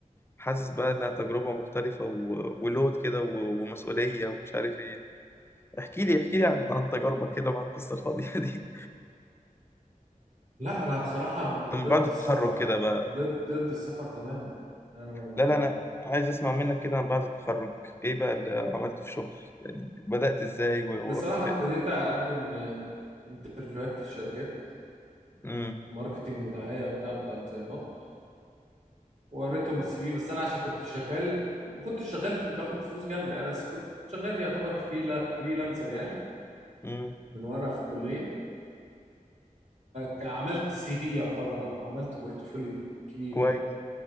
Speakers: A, on the left (about 15°); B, on the right (about 55°).
A: حاسس بقى انها تجربه مختلفه و... ولود كده و... ومسؤوليه ومش عارف ايه احكي لي احكي لي عن عن تجاربك كده مع القصه الفاضيه دي
B: لا انا بصراحه
A: <laughs> من
B: ضد
A: بعد التخرج
B: السفر
A: كده بقى
B: ضد ضد السفر تماما انا ما
A: لا لا انا عايز اسمع منك كده عن بعد التخرج ايه بقى اللي عملته في شغل يعني بدأت ازاي و-
B: ب...
A: ورحت
B: بصراحه
A: فين
B: ابتديت اقدم آه، انترفيوهات في الشركات
A: امم
B: ماركتينج ودعايه وبتاع بتاع ديزاينات وريتهم السي في بس انا عشان كنت شغال ما كنتش شغال باخد فلوس جامده يعني بس كنت شغال يعتبر فريلا فريلانسر يعني
A: امم
B: من وانا في الكليه فعملت سي في يعتبر أو عملت بورتفوليو كبير
A: كويس
B: يعني